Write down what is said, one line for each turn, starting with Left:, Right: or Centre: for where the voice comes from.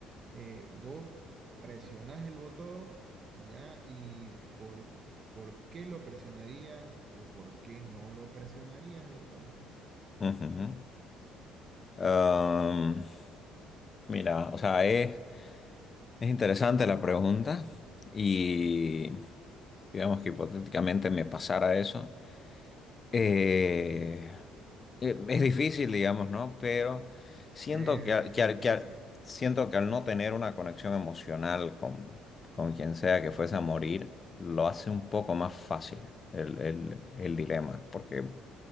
Right: eh, vos presionás el botón, ¿ya? Y por, por qué lo presionarías o por qué no lo presionarías el botón.
Left: Ujú. Am, mira, o sea, es, es interesante la pregunta. Y digamos que hipotéticamente me pasara eso. Eh, eh, es difícil, digamos, ¿no? Pero siento
Right: Es
Left: que,
Right: di-
Left: al- que,
Right: difícil.
Left: al- que al- siento que al no tener una conexión emocional con, con quien sea que fuese a morir, lo hace un poco más fácil el, el, el dilema, porque